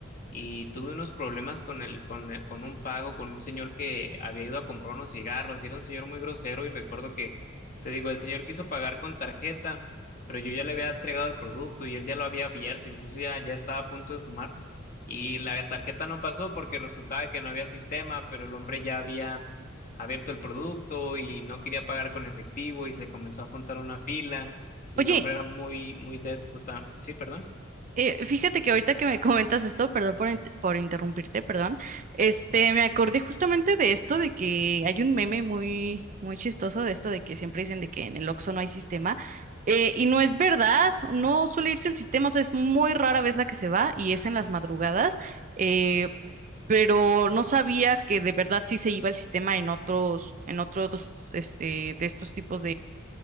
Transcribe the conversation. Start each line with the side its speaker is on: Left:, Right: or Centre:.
Left: y tuve unos problemas con el, con, el- con un pago, con un señor que había ido a comprar unos cigarros, y era un señor muy grosero y recuerdo que, te digo, el señor quiso pagar con tarjeta, pero yo ya le había entregado el producto y él ya lo había abierto, incluso ya, ya estaba a punto de fumar y la tarjeta no pasó porque resultaba que no había sistema, pero el hombre ya había abierto el producto y no quería pagar con efectivo y se comenzó a juntar una fila y
Right: Oye,
Left: el hombre era muy, muy déspota. Sí, perdón.
Right: Eh, fíjate que ahorita que me comentas esto, perdón por, int- por interrumpirte, perdón, este, me acordé justamente de esto, de que hay un meme muy, muy chistoso de esto, de que siempre dicen de que en el Oxxo no hay sistema, eh, y no es verdad, no suele irse el sistema, o sea, es muy rara vez la que se va, y es en las madrugadas, eh, pero no sabía que de verdad sí se iba el sistema en otros, en otros, este, de estos tipos